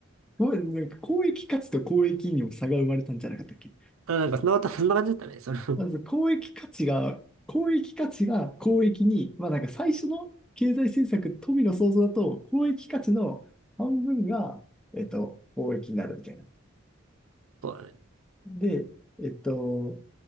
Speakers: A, in the centre; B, on the right.
A: ごめんなんか交易価値と交易にも差が生まれたんじゃなかったっけ
B: あ、なんか、そんなこと、そんな感じだったね。その、そ
A: まず公益価値が、公益価値が公益に、まあなんか最初の経済政策、富の創造だと、公益価値の半分が、えっと、公益になるみたいな。
B: うだね。
A: で、えっと、